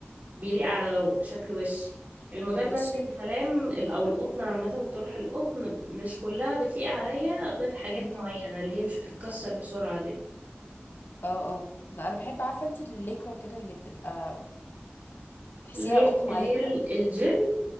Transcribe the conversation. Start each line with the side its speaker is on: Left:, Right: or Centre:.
Right: بيليق على شكل وشي الموديل
Left: بصي
Right: نفس الكلام ال- او القطن عامه الطرح القطن مش كلها بتليق عليا غير حاجات
Left: مم.
Right: معينه اللي هي مش بتتكسر بسرعه دي
Left: اه اه لا، انا بحب عارفه انت الليكوه كده اللي بتبقى تحسيها
Right: اللي هي
Left: قطن مع
Right: اللي
Left: ليكوه
Right: هي ال- الجل